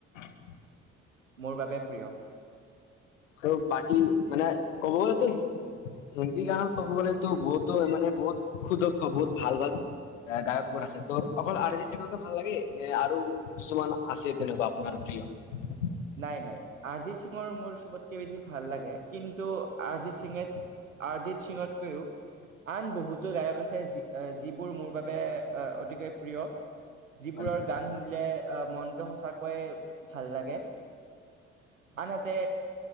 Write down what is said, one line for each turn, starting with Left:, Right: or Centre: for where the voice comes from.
Left: <inaudible>
Right: মোৰ বাবে প্ৰিয়।
Left: ত' বাকী মানে কব গ'লে ত' হিন্দী গানৰ ক'ব গ'লেতো বহুতো মানে বহুত সুদক্ষ বহুত ভাল ভাল গায়কবোৰ আছে ত' অকল আৰজিত সিঙক ভাল লাগে নে আৰু কিছুমান আছে তেনেকুৱা আপোনাৰ? <unintelligible>
Right: নাই নাই অৰিজিত সিঙৰ মোৰ চবতকে বেছি ভাল লাগে কিন্তু অৰিজিত সিঙে অৰিজিত সিঙত ও আন বহুতো গায়ক আছে যিবোৰ মোৰ বাবে অতিকৈ প্ৰিয়। যিবোৰৰ
Left: হয় হয়।
Right: গান শুনিলে আহ মনটো সঁচাকৈয়ে ভাল লাগে। আনহাতে